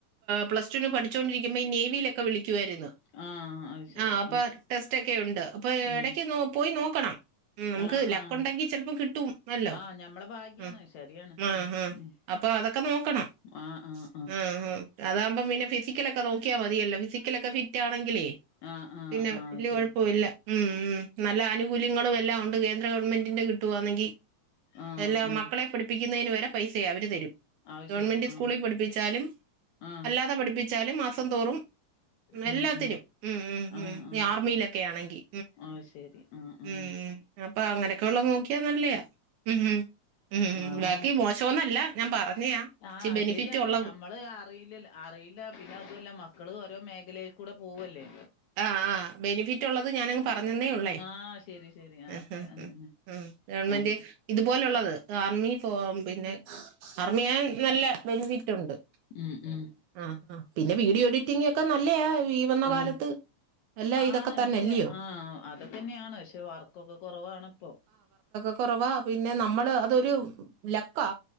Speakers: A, on the right (about 75°); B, on the left (about 75°).
A: പ്ലസ് ടുന് പഠിച്ചോണ്ടിരിക്കുമ്പോ ഈ നേവിയിലൊക്കെ വിളിക്കുവായിരുന്ന്.
B: ആഹ് അത് ശരി
A: ആഹ് അപ്പോ ടെസ്റ്റ് ഒക്കെയുണ്ട് അപ്പോ
B: ഉം
A: എടക്ക് പോയി നോക്കണം. ഉം നമുക്ക്
B: ആഹ്
A: ലക്ക്
B: ആഹ്
A: ഉണ്ടെങ്കി ചെലപ്പം കിട്ടുംമല്ലോ
B: ആഹ് ഞമ്മളെ ഭാഗ്യാണ്
A: ങാ
B: ശരിയാണ്
A: മ്ഹാ
B: ഉം
A: ഹാ
B: ഉം
A: അപ്പൊ അതൊക്കെ നോക്കണം
B: ആഹ് ആഹ്
A: മ്മ് ഹ് അതാവുമ്പം പിന്നെ ഫി ഫിസിക്കലൊക്കെ നോക്കിയാൽ മതിയല്ലോ, ഫിസിക്കലൊക്കെ ഫിറ്റാണെങ്കിലെ
B: ആഹ് ആഹ് ആഹ്
A: പിന്നെ,
B: ആഹ്
A: വല്യകുഴപ്പംല്ല
B: ശരി
A: ഉം മ്മ് നല്ലാനു കൂല്യങ്ങള്ളെല്ലാമൊണ്ട്‌ കേന്ദ്രഗവണ്മെന്റിന്റെ കിട്ടുവാന്നെങ്കിൽ
B: ആഹ്
A: എല്ലാം
B: ആഹ്
A: മക്കളേ പഠിപ്പി ക്കുന്നേന് വരെ പൈസയ അവര് തരും.
B: അത്
A: ഗവൺമെന്റ്
B: ശരി ആഹ്
A: സ്കൂളിൽ പഠിപ്പിച്ചാലും,
B: ആഹ്
A: അല്ലാതെ പഠിപ്പിച്ചാലും മാസം തോറും
B: ഉം
A: എല്ലാത്തിനും
B: ഉം
A: ഉം
B: ആ
A: ഉം
B: ആ
A: ഈ ആർമിയിലൊക്കെ
B: ശരി
A: ആണെങ്കി
B: ആ ശരി. ആഹ് ആഹ്
A: ഉം ഉം അപ്പൊ അങ്ങനെയൊക്കെള്ളത് നോക്കിയ നല്ലയ. ഉം ഉം ഉം
B: ആണ്
A: ഉ ബാക്കി മോശോന്നല്ല, ഞാൻ പറഞ്ഞയാ ഇച്ചി
B: ആഹ്
A: ബെനിഫിറ്റ്
B: ശരിയാണ്
A: ഉള്ളത്
B: അമ്മള് അറിയില്ല അറിയില്ല പിന്നെ അതൊല മക്കള് ഓ ഓരോ മേഖലേൽ കൂടെ പോവുല്ലേ.
A: ആ ആ ബെനിഫിറ്റ് ഉള്ളത് ഞാനങ്ങ് പറഞ്ഞന്നേ ഉള്ളേ.
B: ആഹ് ശരി ശരി അതൊക്കെ
A: ഹ് ഹ്
B: അതന്നെ
A: ഹ് ങ് ഗവൺമെന്റ്
B: ഞം
A: ഇതുപോലുള്ളത് ആർമി പോവാം പിന്നെ അർമ്മിയാൽ നല്ല ബെനിഫിറ്റ് ഉണ്ട്.
B: ഉം ഉം.
A: ആഹ് ആഹ് പിന്നെ വീഡിയോ എഡിറ്റിംങൊക്കെ നല്ലയാ ഈ വന്ന കാലത്ത്,
B: ആഹ്
A: എല്ലാം ഇതൊക്കെ
B: ആണ്
A: തന്നെല്ലയോ
B: പക്ഷെ ആഹ് അതൊക്കെന്നെയാണ് പക്ഷെ വർക്കൊക്കെ കൊറവാണിപ്പൊ.
A: കൊറവാ, പിന്നെ നമ്മള് അതൊരു ലക്കാ.